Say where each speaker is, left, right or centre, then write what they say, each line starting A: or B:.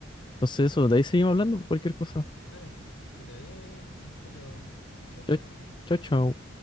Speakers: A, on the left; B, on the left.
A: Entonces eso, de ahí seguimos hablando, cualquier cosa.
B: Dale, que te vaya bien. Hasta luego. Chao, chao.
A: Chao, chao, chao.